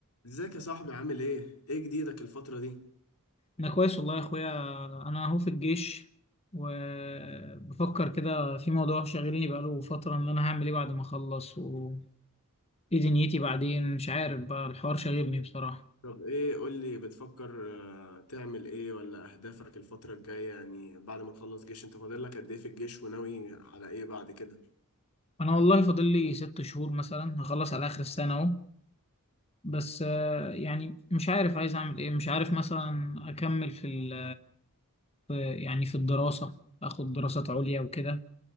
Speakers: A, on the left (about 85°); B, on the left (about 25°).
A: ازيك يا صاحبي عامل ايه؟ ايه جديدك الفترة دي؟
B: انا كويس والله يا اخويا انا اهو في الجيش وبفكر كده في موضوع شاغلني بقاله فترة ان انا هعمل ايه بعد ما اخلص وايه دنيتي بعدين مش عارف بقى الحوار شاغلني بصراحة
A: طب ايه قولي بتفكر آه، تعمل ايه ولا اهدافك الفترة الجاية يعني بعد ما تخلص جيش انت فاضل لك قد ايه في الجيش وناوي على ايه بعد كده؟
B: انا والله فاضل لي ست شهور مثلا هخلص على اخر السنة اهو بس آه، يعني مش عارف عايز اعمل ايه مش عارف مثلا اكمل في ال في- يعني في الدراسة اخد دراسات عليا وكده